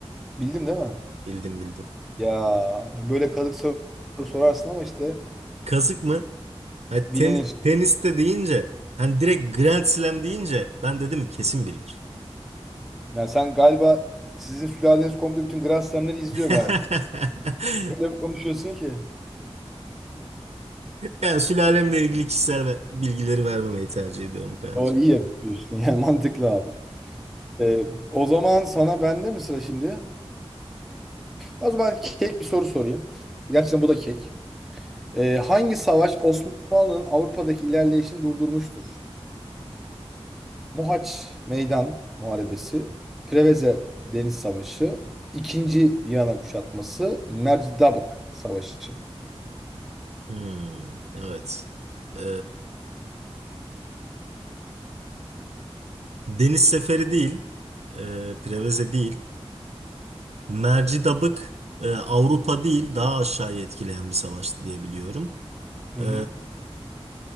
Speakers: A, in the centre; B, on the right (about 80°).
A: Bildim değil mi?
B: Bildim bildim.
A: Ya böyle kazık soru sorarsın ama işte
B: Kazık mı? Hani
A: bilinir.
B: ten, teniste deyince hani direkt Grand Slam deyince ben dedim kesin bilir.
A: Yani sen galiba sizin sülaleniz komple bütün Grand Slam'leri izliyor
B: <laughs>
A: galiba. Öyle bir konuşuyorsun ki.
B: Yani sülalemle ilgili kişisel ve- bilgileri vermemeyi tercih ediyorum Kaan'cığım.
A: O iyi yapıyorsun. <laughs> Yani mantıklı abi. Ee, o zaman sana bende mi sıra şimdi? O zaman kek bir soru sorayım. Gerçekten bu da kek. Ee, hangi savaş Osmanlı'nın Avrupa'daki ilerleyişini durdurmuştur? Mohaç Meydan Muharebesi, Preveze Deniz Savaşı, İkinci Viyana Kuşatması, Mercidabık Savaşı.
B: Hmm, evet. Ee, Deniz Seferi değil. ee, Preveze değil. Mercidabık ee, Avrupa değil daha aşağıya etkileyen bir savaştı diye biliyorum.
A: Hı
B: Ee,
A: hı.